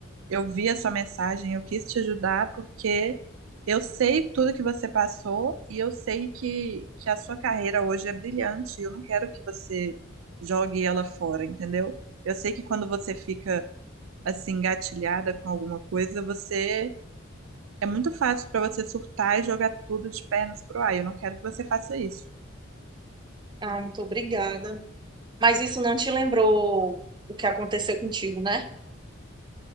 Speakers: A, on the right; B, on the right.
A: eu vi a sua mensagem, eu quis te ajudar porque eu sei tudo que você passou e eu sei que, que a sua carreira hoje é brilhante. e Eu não quero que você jogue ela fora, entendeu? Eu sei que quando você fica assim, engatilhada com alguma coisa, você É muito fácil pra você surtar e jogar tudo de pernas pro ar. Eu não quero que você faça isso.
B: Ah, muito obrigada. Mas isso não te lembrou o que aconteceu contigo, né?